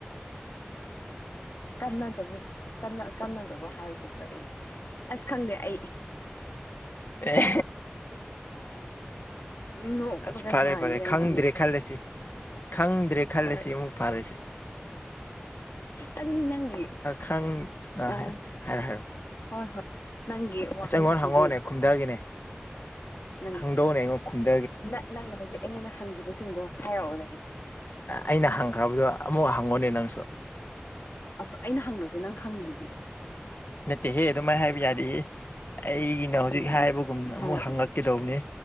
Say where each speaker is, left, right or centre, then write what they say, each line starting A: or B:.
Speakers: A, on the left (about 85°); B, on the left (about 60°).
A: ꯀꯟꯅꯗꯕꯨ ꯀꯟꯅꯗꯕꯣ ꯍꯥꯏꯕꯕꯨ ꯀꯔꯤꯒꯤꯅ ꯑꯁ ꯈꯪꯗꯦ ꯑꯩ
B: ꯑꯦ
A: ꯅꯣꯛꯄꯒ
B: ꯑꯁ ꯐꯔꯦ
A: ꯁꯥꯔꯤ
B: ꯐꯔꯦ
A: ꯑꯉꯥꯡ
B: ꯈꯪꯗ꯭ꯔꯦ ꯈꯜꯂꯁꯤ ꯈꯪꯗ꯭ꯔꯦ ꯈꯜꯂ
A: ꯍꯣꯏ
B: ꯁꯤ ꯑꯃꯨꯛ ꯐꯔꯁꯦ
A: ꯑꯗꯨꯗꯤ ꯅꯪꯒꯤ
B: ꯈꯪ
A: ꯎꯝ
B: ꯍꯥꯏꯔꯣ
A: ꯑ
B: ꯍꯥꯏꯔꯣ ꯍꯥꯏꯔꯣ
A: ꯍꯣꯏ ꯍꯣꯏ ꯅꯪꯒꯤ ꯋꯥꯍꯪꯁꯤꯗꯤ
B: ꯑꯁ ꯑꯩꯉꯣꯟꯗ ꯍꯪꯉꯛꯑꯣꯅꯦ ꯈꯨꯝꯊꯒꯦꯅꯦ
A: ꯅꯪ
B: ꯍꯪꯗꯧꯅꯦ ꯑꯩꯉ ꯈꯨꯝꯗ
A: ꯅꯪꯅ ꯍꯧꯖꯤꯛ ꯑꯩꯉꯣꯟꯗ ꯍꯪꯈꯤꯕꯁꯤꯡꯗꯣ ꯍꯥꯏꯔꯛꯑꯣ ꯅꯪ
B: ꯑꯩꯅ ꯍꯪꯈ꯭ꯔꯕꯗꯣ ꯑꯃꯨꯛ ꯍꯪꯉꯣꯅꯦ ꯅꯪꯁꯨ
A: ꯑꯁ ꯑꯩꯅ ꯍꯪꯗ꯭ꯔꯁꯨ ꯅꯪ ꯈꯪꯉꯤꯗꯨꯗꯤ
B: ꯅꯠꯇꯦꯍꯦ ꯑꯗꯨꯃꯥꯏꯅ ꯍꯥꯏꯕ ꯌꯥꯗꯦꯍ ꯑꯩꯅ ꯍꯧꯖꯤꯛ
A: ꯑꯦ
B: ꯍꯥꯏꯕꯒꯨꯝꯅ
A: ꯍꯥꯏꯔꯛꯑꯣ
B: ꯑꯃꯨꯛ ꯍꯪꯉꯛꯀꯗꯧꯕꯅꯦ